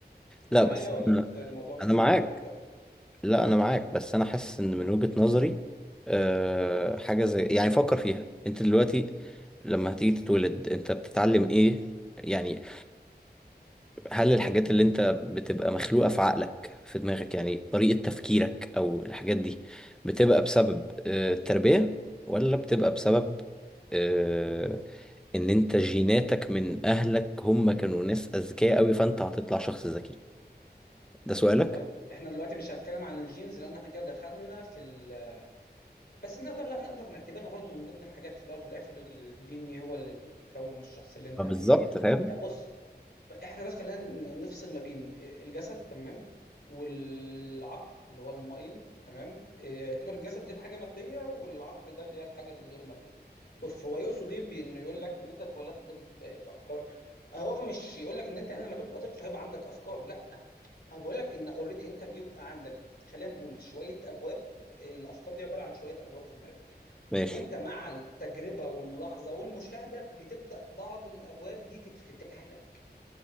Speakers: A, on the left; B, in the centre.
A: معايا
B: لا بس
A: ولا
B: انا
A: انت الموضوع بالنسبة
B: أنا معاك
A: لك وضع مختلف
B: لا انا معاك بس انا حاسس ان من وجهة نظري أه حاجه زي يعني فكر فيها انت دلوقتي لما هتيجي تتولد انت بتتعلم ايه يعني هل الحاجات اللي انت بتبقى مخلوقة في عقلك في دماغك يعني طريقة تفكيرك او الحاجات دي بتبقى بسبب آه، التربية ولا بتبقى بسبب آه، ان انت جيناتك من اهلك هم كانوا ناس اذكياء قوي فانت هتطلع شخص ذكي ده سؤالك
A: طيب احنا دلوقتي مش هنتكلم عن الجينز لان احنا كده دخلنا في ال... بس نقدر لا نقدر نعتبرها برضو من ضمن الحاجات في الاول وفي الاخر الدي ان ايه هو اللي بيكون الشخص اللي انت
B: ما
A: عليه
B: بالظبط
A: يعني
B: فاهم
A: بص احنا بس خلينا ن- نفصل ما بين الجسد تمام والعقل اللي هو المايند تمام إيه، يعتبر الجسد دي الحاجه ماديه والعقل ده اللي هي الحاجه الغير ماديه بص هو يقصد ايه بانه يقول لك ان انت اتولدت ب- بافكار هو مش يقول لك ان انت لما تبقى طفل هيبقى عندك افكار لا هو بيقول لك ان اوريدي انت بيبقى عندك خلينا نقول شويه ابواب إيه، الافكار دي عباره عن شويه ابواب في دماغك
B: ماشي
A: وانت مع التجربه والملاحظه والمشاهده بتبدا بعض الابواب دي تتفتح لك